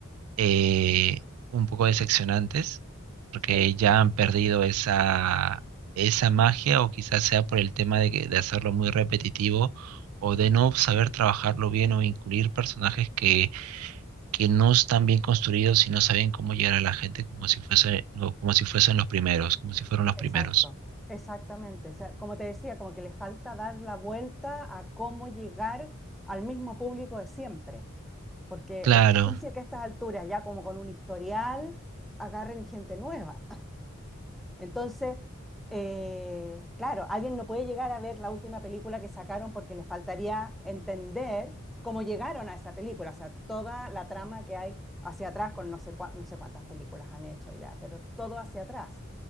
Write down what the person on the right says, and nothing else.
eh, un poco decepcionantes porque
ya han perdido esa, esa magia o quizás sea por el tema de, que- de hacerlo muy repetitivo o de no saber trabajarlo bien o incluir personajes que que no están
bien construidos y no saben cómo llegar a la gente como si fuese, no, como si fuesen los primeros, como si fueron los primeros.
Claro,